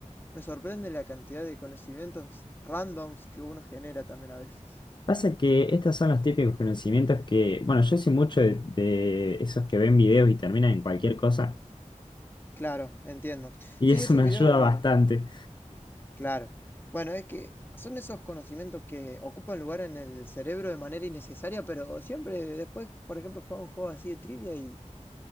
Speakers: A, on the left (about 15°); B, on the left (about 35°).
A: me sorprende la cantidad de conocimientos randoms que uno genera también a veces.
B: Pasa que estos son los típicos conocimientos que, bueno, yo soy mucho de, de esos que ven videos y terminan en cualquier cosa,
A: Claro, entiendo.
B: y
A: Sí,
B: <laughs> eso
A: esos
B: me
A: videos
B: ayuda bastante.
A: Claro. Bueno, es que son esos conocimientos que ocupan lugar en el cerebro de manera innecesaria, pero siempre después, por ejemplo, juega un juego así de trivia y,